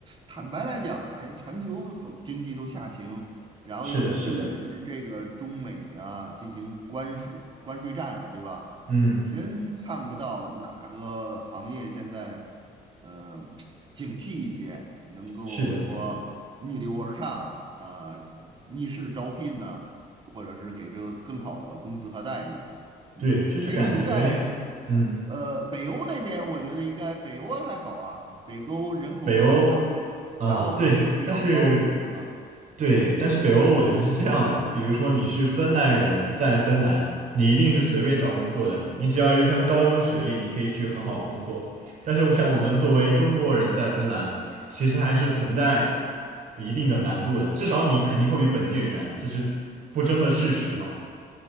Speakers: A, on the right; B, on the right.
A: 坦白来讲，哎，全球好经济都下行，然后又正值这个中美啊进行关税关税战，
B: 是的，是的，
A: 对吧？
B: 嗯，
A: 真看不到哪个行业现在，嗯、景气一些，能够说逆流而上，
B: 是的，是的，
A: 呃，逆势招聘呢，或者是给这个更好的工资和待遇。嗯，
B: 对，就是感觉，
A: 哎，你在
B: 嗯。
A: 呃北欧那边，我觉得应该北欧还好啊，北欧人口比较少，
B: 北欧，啊、
A: 然后福利也比较高，
B: 对，但是，
A: 对吧？
B: 对，但是北欧我觉得是这样的，比如说你是芬兰人，在芬兰，你一定是随便找工作的，你只要有一份高中学历，你可以去很好的工作。但是我想，我们作为中国人在芬兰，其实还是存在一定的难度的，至少你肯定会比本地人难，这是不争的事实嘛。